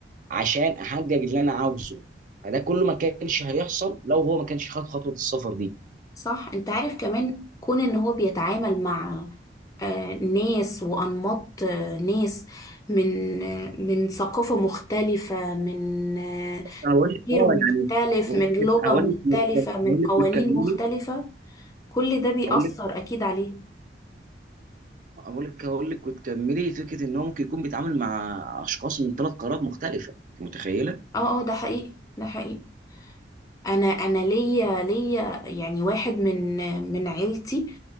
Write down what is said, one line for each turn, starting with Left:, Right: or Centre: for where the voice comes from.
Right: عشان احقق اللي انا عاوزه فده كله ما كانش هيحصل لو هو ما كانش خد خطوه السفر دي
Left: صح انت عارف كمان كون ان هو بيتعامل مع آه، ناس وانماط آه، ناس من آه، من ثقافة مختلفة من آه،
Right: أنا هقول
Left: تفكير
Right: لك اه
Left: مختلف
Right: يعني ممكن
Left: من لغة
Right: هقول
Left: مختلفة
Right: لك
Left: من
Right: هقول لك
Left: قوانين
Right: وتكملي
Left: مختلفة كل ده بيأثر
Right: هقول لك
Left: اكيد عليه
Right: هقول لك هقول لك وتكملي فكره ان هو ممكن يكون بيتعامل مع اشخاص من ثلاث قارات مختلفه أنت متخيله
Left: اه اه ده حقيقي ده حقيقي انا انا ليا ليا يعني واحد من من عيلتي